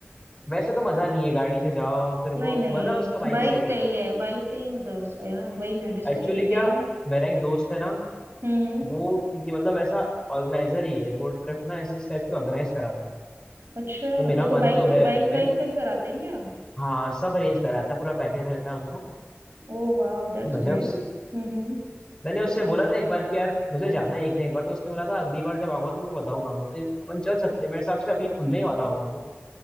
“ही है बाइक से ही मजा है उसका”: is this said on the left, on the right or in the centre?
Right